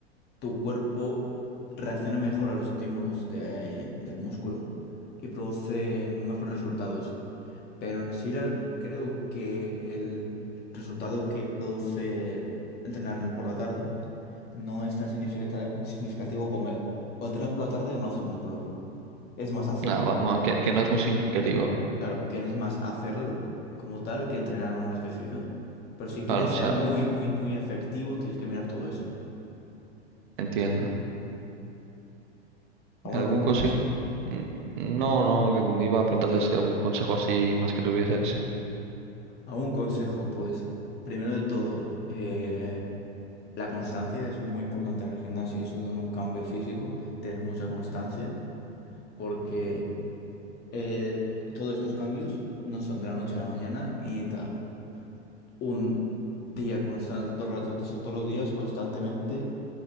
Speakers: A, on the left; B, on the right.
A: tu cuerpo reacciona mejor a los estímulos de- del músculo y produce mejores resultados. Pero en sí la- creo que el resultado que produce entrenar por la tarde no es tan significata- significativo como el, o entrenas por la tarde o no haces músculo. Es más hacerlo,
B: Nada, va- va, que, que no es muy significativo.
A: claro, que es más hacerlo como tal que entrenar una hora específica. Pero si quieres
B: Vale,
A: ser
B: o sea...
A: muy, muy, muy efectivo, tienes que mirar todo eso.
B: Entiendo.
A: ¿Alguna
B: ¿Algún
A: pregunta
B: consejo?
A: más?
B: Mm, No, no, iba a preguntarte si algún consejo así más que tuvieses.
A: A un consejo, pues, primero de todo, eh, la constancia es muy importante en el gimnasio y sobre todo en un cambio físico, tener mucha constancia, porque eh, todos estos cambios no son de la noche a la mañana y necesita un día constante, todo el rato, o sea, todos los días constantemente,